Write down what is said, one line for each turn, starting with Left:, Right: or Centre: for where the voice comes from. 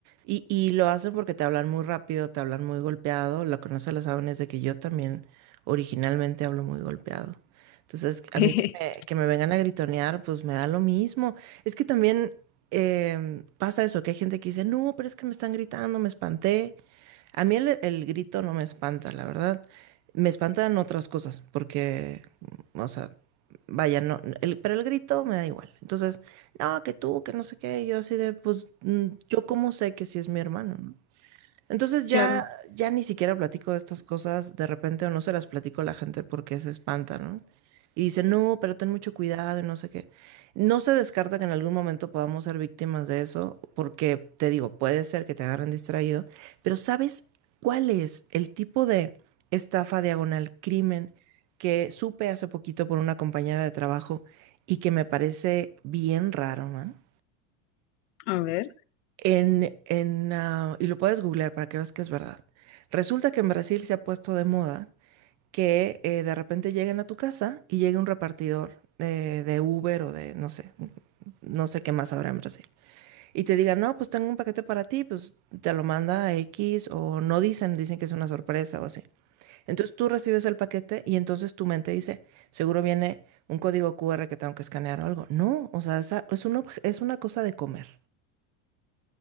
Right: y, y lo hacen porque te hablan muy rápido, te hablan muy golpeado, lo que no se lo saben es de que yo también originalmente hablo muy golpeado. Entonces, a
Left: <laughs>
Right: mí que me, que me vengan a gritonear, pues me da lo mismo. Es que también em, pasa eso, que hay gente que dice, no, pero es que me están gritando, me espanté. A mí el, el grito no me espanta, la verdad. Me espantan otras cosas, porque, o sea, vaya, no, el- pero el grito me da igual. Entonces, no, que tú, que no sé qué, y yo así de, pues, mm, yo cómo sé que sí es mi hermano, ¿no? Entonces ya,
Left: Claro,
Right: ya ni siquiera platico de estas cosas de repente o no se las platico a la gente porque se espanta, ¿no? Y dice, no, pero ten mucho cuidado y no sé qué. No se descarta que en algún momento podamos ser víctimas de eso, porque te digo, puede ser que te agarren distraído, pero ¿sabes cuál es el tipo de estafa diagonal crimen que supe hace poquito por una compañera de trabajo y que me parece bien raro, man?
Left: a ver,
Right: En, en, ah, y lo puedes googlear para que veas que es verdad. Resulta que en Brasil se ha puesto de moda que eh, de repente lleguen a tu casa y llegue un repartidor eh, de Uber o de, no sé, no sé qué más habrá en Brasil. Y te digan, no, pues tengo un paquete para ti, pues te lo manda a X o no dicen, dicen que es una sorpresa o así. Entonces tú recibes el paquete y entonces tu mente dice, seguro viene un código QR que tengo que escanear o algo. No, o sea, esa- es un obje- es una cosa de comer.